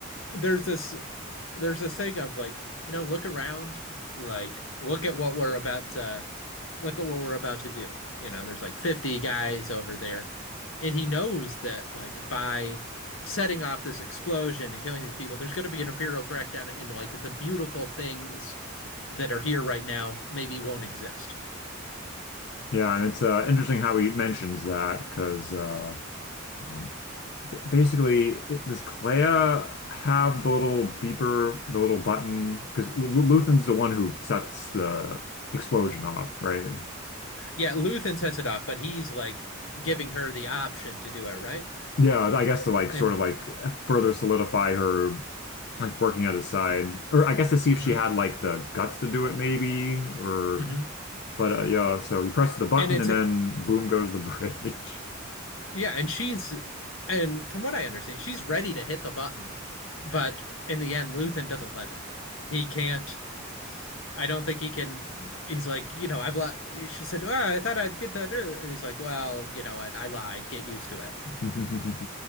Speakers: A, on the left; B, on the left.
A: there's this there's this thing of like, you know, look around, like look at what we're about to look at what we're about to do. You know, there's like 50 guys over there, and he knows that like by setting off this explosion and killing these people, there's going to be an imperial crackdown, and like the beautiful things that are here right now maybe won't exist.
B: <laughs> yeah, and it's uh, interesting how he mentions that because. Uh, Um, b- basically, it, does Clea have the little beeper, the little button? Because L L- Luthen's the one who sets the explosion off, right?
A: Yeah, Luthen sets it off, but he's like giving her the option to do it, right?
B: Yeah, I guess to like
A: And
B: sort of like further solidify her like working at his side, or I guess to see
A: mm-hmm,
B: if she had like the guts to do it, maybe. Or
A: mm-hmm.
B: but uh, yeah, so he presses the button
A: And it's
B: and then boom goes the bridge. <laughs>
A: yeah, and she's and from what I understand, she's ready to hit the button, but in the end, Luthen doesn't let her. He can't. I don't think he can. He's like, you know, I've lied. She said, "Well, I thought I'd get to," do it." and he's like, "Well, you know, I, I lied. Get used to it."
B: <laughs>